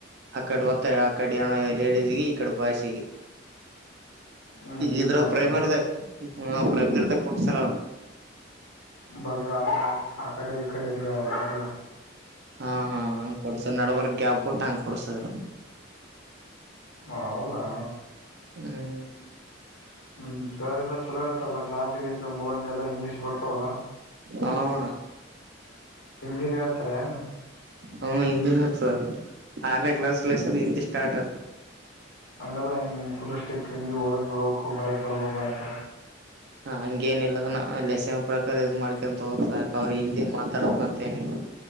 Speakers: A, on the right; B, on the left.
A: ಅಕ್ಕಡೆ ಮತ್ತ ಅಕ್ಕಡೆ ಏನೋ ಲೇಡೀಸ್ಗ ಇಕಡೆ ಬಾಯ್ಸ್ಗಿ
B: ಹ್ಮ್ ಈ
A: ಇದ್ರ
B: ತರನ
A: ಪ್ರೈಮರ್ ಹ ಪ್ರೈಮರ್ ಕೊಡ್ಸರ
B: ಬಸ ಆ ಆಕಡೆ ಇಕಡೆದಲ್ಲ
A: ಹಾ ಹಾ ಹಂಗ್ ಕೊಡ್ಸ ನಡವರ್ ಗ್ಯಾಪ್ ಬಿಟ್ಟು ಹಂಗ ಕೊಡ್ಸದ್ರ
B: ಹೌದಾ
A: ಹ್ಮ್
B: ಹ್ಮ್ ಸರ್ಲ್ಲಾ ಚಲೋ ಇತಾರಲ್ಲ ಕ್ಲಸ್ಗಸ ಮುರುಗ್ಜ ಎಲ್ಲಾ ಇಂಗ್ಲೀಷ್ ಬರ್ತವಲ್ಲ
A: ಹಣ
B: ಹಿಂದಿನ ಹತ್ರಣ
A: ಹ್ಮ ಹಿಂದಿಿನ ಹರ್ತದ ಆರನೇ ಕ್ಲಾಸ್ ಹಿಂದಿ ಸ್ಟಾರ್ಟ್
B: ಹಂಗಲ್ಲ ಫುಲ್ ಅಷ್ಟೆ ಓದಕ್ ಬರ್ು ಬರಕ್ ಬರ್ಬ ಅಂತ
A: ಹ ಹಂಗೇನಿಲ್ಲ ನ ಲೆಸನ್ ಪ್ರಕಾರ ಇದ್ ಮಾಡ್ಕೊಂತೋರ್ಕ ಅವ್ರರು ಹಿಂದಿ ಮಾತಾಡ್ಕಂತ ಏನಿಲ್ಲ